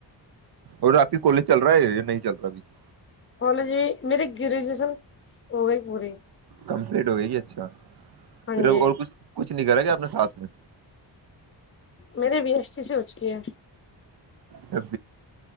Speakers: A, on the right; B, on the left.
A: اور آپ کی کالج چل رہا ہے یا نہیں چل رہا بھیب
B: کالج بھی میری گریجوشن ہو گئی پوری
A: کمپلیٹ ہوگ گی اچھا
B: ہاں
A: پھر اور
B: جی
A: کچھ کچھ کچھ نہیں کرا گ اپنے ساتھ میں
B: میرریے بی ایس ٹی سی ہو چکی ہے
A: اح